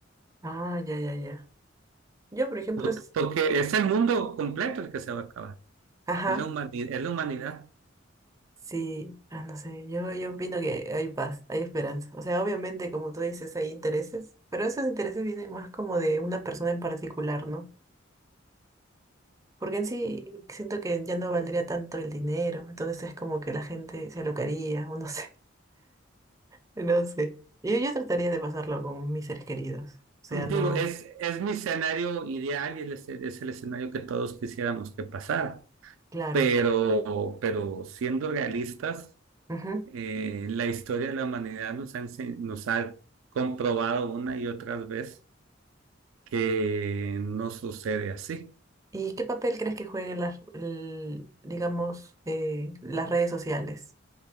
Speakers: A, on the right; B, on the right.
A: Ah, ya, ya, ya. Yo, por ejemplo,
B: Por-
A: s-
B: porque es el mundo completo el que se va a acabar,
A: ajá,
B: es la humanidad, es la humanidad.
A: sí, ah, no sé, yo, yo opino que hay paz, hay esperanza. O sea, obviamente, como tú dices, hay intereses, pero esos intereses vienen más como de una persona en particular, ¿no? Porque en sí siento que ya no valdría tanto el dinero, entonces es como que la gente se alocaría, o no sé, <laughs> no sé. Yo, yo trataría de pasarlo con mis seres queridos, o sea,
B: Digo,
A: no,
B: es, es mi escenario ideal y el esce- es el escenario que todos quisiéramos que pasara,
A: claro.
B: pero, pero siendo realistas,
A: ujú.
B: eh, la historia de la humanidad nos ha, ense- nos ha comprobado una y otra vez que no sucede así.
A: ¿Y qué papel crees que jueguen las, l- digamos, eh, las redes sociales